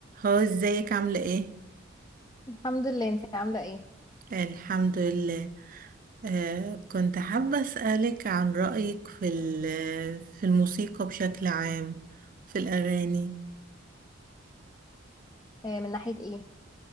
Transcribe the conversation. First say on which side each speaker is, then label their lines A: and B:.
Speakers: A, on the right; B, on the left.
A: هو ازيك عاملة ايه؟
B: الحمد لله انت عاملة ايه
A: الحمد لله آه كنت حابة أسألك عن رأيك في ال- في الموسيقى بشكل عام في الأغاني
B: آه، من ناحية ايه